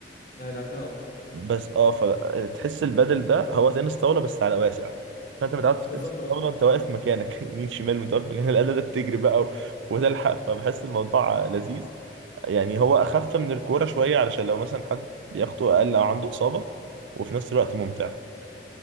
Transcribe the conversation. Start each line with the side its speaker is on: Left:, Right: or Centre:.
Left: أنا لعبتها اه
Right: بس اه فتحس البدل ده هو تنس طاوله بس على واسع فانت متعود
Left: بالظبط
Right: في تنس الطاوله
Left: اه
Right: انت واقف مكانك <laughs> يمين شمال وانت واقف مكانك الاداه ده بتجري بقى و- وتلحق فبحس الموضوع لذيذ يعني هو اخف من الكوره شويه علشان لو مثلا حد لياقته اقل او عنده اصابه وفي نفس الوقت ممتع